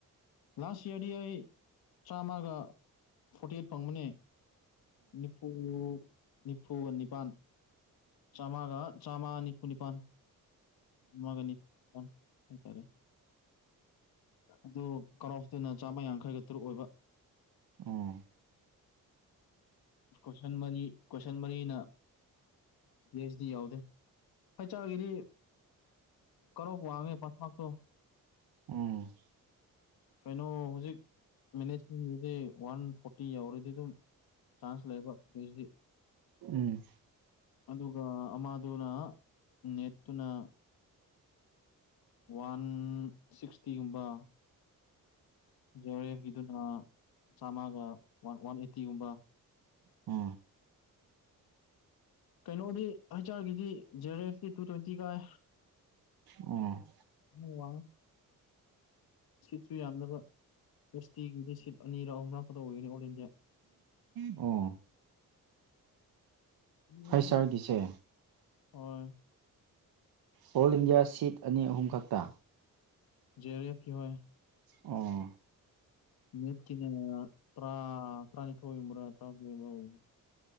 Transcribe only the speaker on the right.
ꯎꯝ
ꯎꯝ
ꯎꯝ
ꯑ
ꯑꯣ
ꯑꯣ
ꯁꯥꯔꯒꯤꯁꯦ
ꯑꯣꯜ ꯏꯟꯗꯤꯌꯥ ꯁꯤꯠ ꯑꯅꯤ ꯑꯍꯨꯝ ꯈꯛꯇ
ꯑꯣ